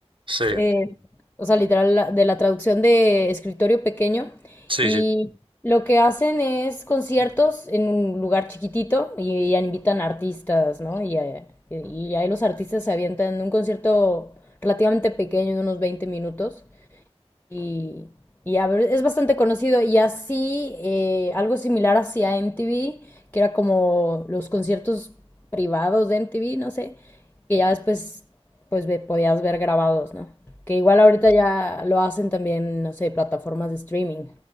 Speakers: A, on the right; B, on the left.
A: Sí,
B: eh, o sea, literal, la- de la traducción de escritorio pequeño.
A: sí,
B: Y
A: sí.
B: lo que hacen es conciertos en un lugar chiquitito y, y invitan artistas, ¿no? Y, eh, y ahí los artistas se avientan en un concierto relativamente pequeño, de unos 20 minutos y, y a ver, es bastante conocido. Y así, eh, algo similar hacia MTV, que era como los conciertos privados de MTV, no sé, que ya después pues ve- podías ver grabados, ¿no? Que igual ahorita ya lo hacen también, no sé, plataformas de streaming.